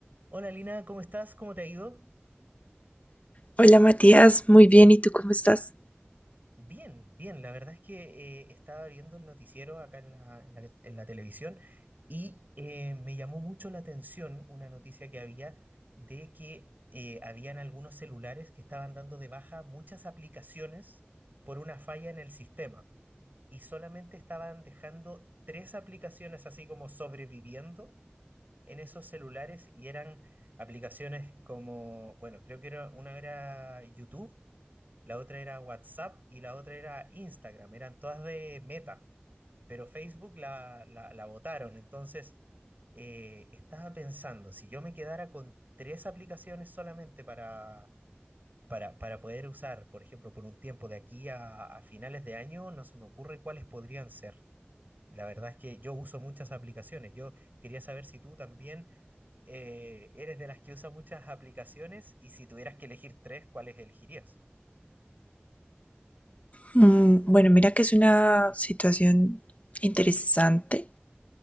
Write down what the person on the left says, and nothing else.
Hola Matías, muy bien, ¿y tú cómo estás?
Mm, bueno, mira que es una situación interesante